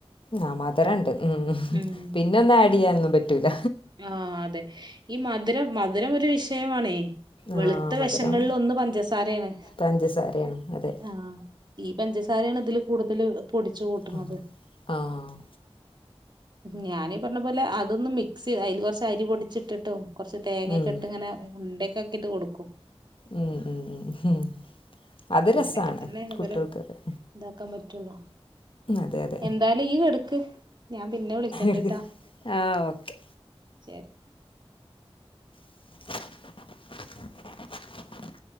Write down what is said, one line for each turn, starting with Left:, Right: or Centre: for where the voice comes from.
Left: ഹാ മധുരണ്ട് ഉം ഹ്.
Right: ഉം
Left: പിന്നെ ഒന്ന് ആഡ് യ്യാനൊന്നും പറ്റൂല
Right: ആഹ് അതെ. ഈ മധുരം, മധുരം ഒരു വിഷയമാണേ വെളുത്ത
Left: ആഹ് മധുരം
Right: വെശങ്ങളിലൊന്ന് പഞ്ചസാരേണ്.
Left: പഞ്ചസാരയാണ് അതെ
Right: ആഹ്.. ഈ പഞ്ചസാരയാണ് തില് കൂടുതല് പൊടിച്ചു കൂട്ടുന്നത്.
Left: ആഹ് ആഹ്
Right: ഞാനീ പർഞ്ഞ പോലെ അതൊന്ന് മിക്സ് അയ്ല് കൊർച്ചരി പൊടിച്ചിട്ടിട്ടും കൊർച്ച് തേങ്ങൊക്കെട്ട്
Left: ഉം
Right: ങ്ങനെ ഉണ്ടക്കെ ആക്കിട്ട് കൊടുക്കും.
Left: ഉം ഉം ഉം. ഉംഹ് അത്
Right: അങ്ങനെയൊക്കെ
Left: രസാണ്
Right: തന്നെയാണ് ഇവരെ
Left: കുട്ട്യോൾക്കൊക്കെ.
Right: ഇതാക്കാൻ പറ്റുള്ളൂ
Left: അതെ യതെ.
Right: എന്തായാലും യ്യി കെട്ക്ക്. ഞാൻ പിന്നെ വിളിക്കണ്ട്
Left: എടുക്ക്
Right: ട്ടാ.
Left: ആഹ് ഓക്കെ
Right: ശരി.
Left: <inaudible>